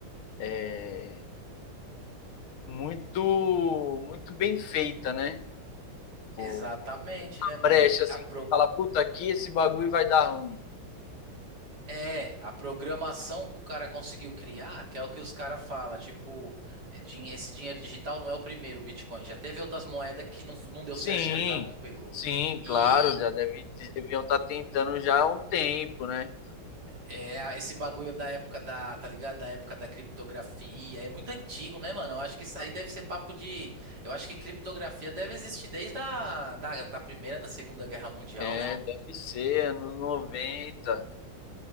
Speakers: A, on the left (about 80°); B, on the right (about 50°).
A: é, muito muito bem feita, né? Tipo,
B: Exatamente, né, mano?
A: brecha, assim,
B: A pro...
A: você fala, puta, aqui esse bagulho vai dar ruim.
B: É, a programação que o cara conseguiu criar, que é o que os caras falam, tipo, é, din- esse dinheiro digital não é o primeiro Bitcoin. Já teve outras moedas que não, não deu
A: Sim,
B: certo, tá ligado? Não pegou.
A: sim,
B: E.
A: claro, já deve, deviam estar tentando já há um tempo, né?
B: É, esse bagulho da época da, tá ligado? Da época da criptografia. É muito antigo, né, mano? Eu acho que isso aí deve ser papo de. Eu acho que criptografia deve existir desde a da, da Primeira, da Segunda Guerra Mundial,
A: É,
B: né, mano?
A: deve ser, anos 90,